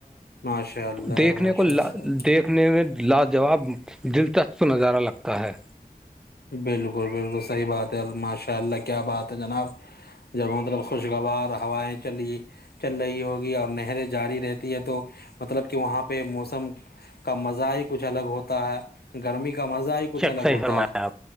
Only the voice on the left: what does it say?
ماشاء اللہ
ماشاء
اللہ
بالکل بالکل صحیح بات ہے ماشاء اللہ کیا بات ہے جناب جب مطلب خوشگوار ہوائیں چلی چل رہی ہوگی اور نہریں جاری رہتی ہے تو مطلب کہ وہاں پہ موسم کا مزہ ہی کچھ الگ ہوتا ہے گرمی کا مزہ ہی کچھ
الگ
ہوتا